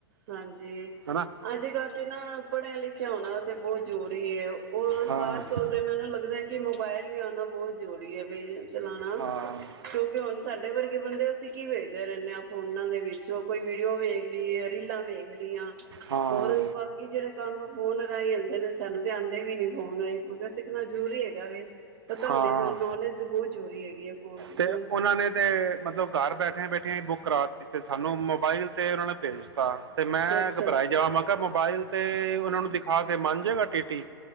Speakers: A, on the right (about 50°); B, on the right (about 80°).
A: ਹਾਂਜੀ
B: ਹਨਾ
A: ਅੱਜ ਕੱਲ ਤੇ ਨਾ ਪਲੈਨਲਿਟੀ ਤੇ ਹੋਣਾ ਤੇ ਬਹੁਤ ਜ਼ਰੂਰੀ ਹੈ। ਫੇਰ ਔ
B: ਹਾਂ
A: ਖਾਸ ਤੌਰ ਤੇ ਮੈਨੂੰ ਲੱਗਦਾ ਕਿ ਮੋਬਾਇਲ ਵੀ ਆਉਣਾ ਬਹੁਤ ਜ਼ਰੂਰੀ ਹੈ। ਬੇਲ ਚਲਾਉਣਾ
B: ਹਾਂ
A: ਕਿਉਂਕਿ ਹੁਣ ਸਾਡੇ ਵਰਗੇ ਬੰਦੇ, ਅਸੀਂ ਕੀ ਵੇਖਦੇ ਰਹਿੰਦੇ ਹਾਂ ਫੋਨਾਂ ਦੇ ਵਿੱਚ ਕੋਈ ਵੀਡੀਓ ਵੇਖਲੀ, ਰੀਲਾਂ ਵੇਖਲਈਆਂ
B: ਹਾਂ
A: ਹੋਰ ਬਾਕੀ ਜਿਹੜੇ ਕੰਮ ਫੋਨ ਰਾਹੀਂ ਆਉਂਦੇ ਨੇ ਸਾਨੂੰ ਤੇ ਆਉਂਦੇ ਵੀ ਵੀ ਨੀ ਹੋਣਾ ਮ ਸਿੱਖਣਾ ਜ਼ਰੂਰੀ ਹੈਗਾ ਵੇ ਪਤਾ
B: ਹਾਂ
A: ਹੋਣੇ ਜੋ ਨੌਲੇਜ ਬਹੁਤ ਚੋਰੀ ਹੈਗੀ ਹੈ ਫੋਨ ਦੀ
B: ਤੇ
A: ਨਾ
B: ਉਹਨਾਂ ਨੇ ਤੇ ਮਤਲਬ ਘਰ ਬੈਠੇਆਂ ਬੈਠੇ ਟਿਕਟਾਂ ਬੁੱਕ ਕਰਾ ਤੀ, ਤੇ ਸਾਨੂੰ ਮੋਬਾਇਲ ਤੇ ਉਹਨਾਂ ਨੇ ਭੇਜ ਦਿੱਤਾ ਤੇ ਮੈਂ
A: ਅੱਛਾ
B: ਘਬਰਾਈ
A: ਜੀ,
B: ਜਾਵਾਂ ਮੈਂ ਕਿਹਾ ਮੋਬਾਇਲ ਤੇ ਉਹਨਾਂ ਨੂੰ ਦਿਖਾ ਦੇ ਮੰਨ ਜਾਏਗਾ ਟੀ ਟੀ,